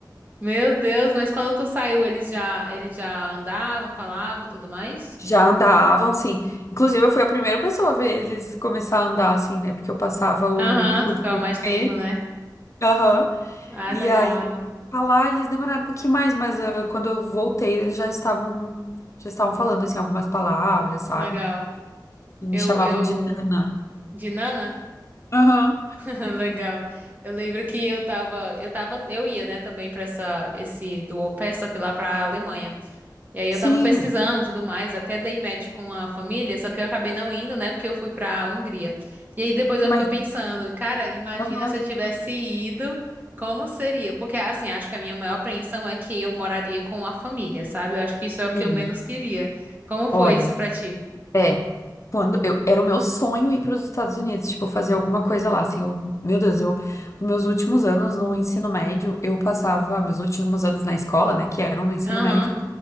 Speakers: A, on the right; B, on the left.
A: meu Deus, mas quando tu saiu, ele já, ele já andava, falava, tudo mais?
B: Já andavam, sim. Inclusive, eu fui a primeira pessoa a ver eles começar a andar, assim, né? Porque eu passava o,
A: Aham, tu
B: o
A: ficava
B: dia
A: mais
B: com
A: tempo,
B: eles.
A: né?
B: Aham.
A: Ah,
B: E
A: legal,
B: aí, pra lá eles demoraram um pouquinho mais, mas ah, quando eu voltei, eles já estavam, já estavam falando, assim, algumas palavras, sabe?
A: legal.
B: E me
A: Eu,
B: chamavam
A: eu,
B: de Nana.
A: de Nana?
B: Aham.
A: <laughs> Legal. Eu lembro que eu tava, eu tava, eu ia, né, também pra essa, esse do au pair, só que lá pra Alemanha. E aí eu
B: Sim,
A: tava pesquisando e tudo mais, até dei match com a família, só que eu acabei não indo, né? Porque eu fui pra Hungria. E aí depois eu
B: mas.
A: fiquei pensando, cara, imagina
B: Aham.
A: se eu tivesse ido, como seria? Porque assim, acho que a minha maior apreensão é que eu moraria com a família, sabe? Eu acho que isso é o que
B: Sim.
A: eu menos queria. Como foi
B: Olha.
A: isso pra ti?
B: é. Quando eu, era o meu sonho ir para os Estados Unidos, tipo, fazer alguma coisa lá, assim, eu, meu Deus, eu, os meus últimos anos no ensino médio, eu passava, meus últimos anos na escola, né, que eram no ensino
A: Aham,
B: médio,